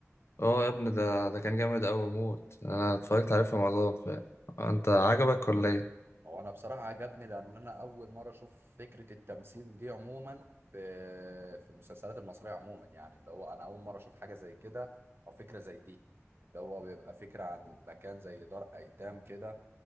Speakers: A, on the left (about 60°); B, on the right (about 50°).
A: اه يا ابني ده ده كان جامد أوي موت أنا اتفرجت عليه في رمضان فعلا أنت عجبك ولا ايه؟
B: هو انا بصراحه عجبني لان انا اول مره اشوف فكره التمثيل دي عموما في في المسلسلات المصريه عموما يعني اللي هو انا اول مره اشوف حاجه زي كده او فكره زي دي اللي هو بيبقى فكره عن مكان زي دار ايتام كده